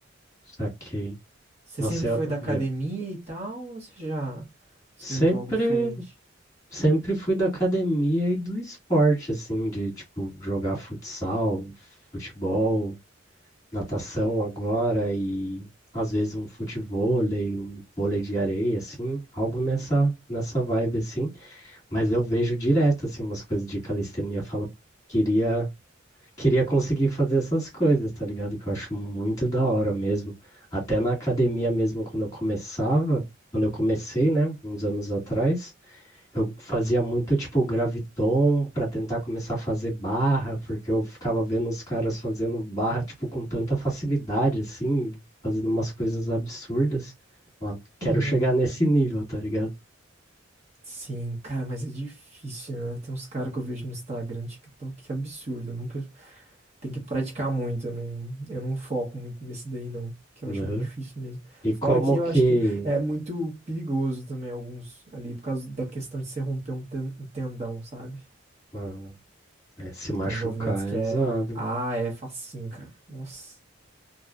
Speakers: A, on the left; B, on the right.
A: Saquei.
B: Você
A: Nossa,
B: sempre foi
A: eu,
B: da academia
A: eu
B: e tal, ou você já experimentou
A: sempre.
B: algo diferente? <laughs>
A: Sempre fui da academia e do esporte, assim, de tipo jogar futsal, futebol, natação agora e às vezes um futevôlei, um vôlei de areia, assim, algo nessa nessa vibe, assim. Mas eu vejo direto, assim, umas coisas de calistenia, falo, queria queria conseguir fazer essas coisas, tá ligado? Que eu acho muito da hora mesmo. Até na academia mesmo, quando eu começava, quando eu comecei, né, uns anos atrás. Eu fazia muito tipo graviton para tentar começar a fazer barra, porque eu ficava vendo os caras fazendo barra tipo com tanta facilidade assim, fazendo umas coisas absurdas. Falava, quero
B: Uhum.
A: chegar nesse nível, tá ligado?
B: Sim, cara, mas é difícil, né? Tem uns caras que eu vejo no Instagram, TikTok, que absurdo. Eu nunca Tem que praticar muito, eu não, eu não foco muito nesse daí, não. Que eu
A: Aham.
B: acho muito difícil mesmo.
A: E
B: Fora
A: como
B: que eu
A: que
B: acho que é muito perigoso também, alguns ali, por causa da questão de você romper um ten- um tendão, sabe?
A: ah, é, se machucar
B: Tem uns movimentos que
A: é
B: é.
A: zoado.
B: Ah,
A: né?
B: é facinho, cara. Nossa.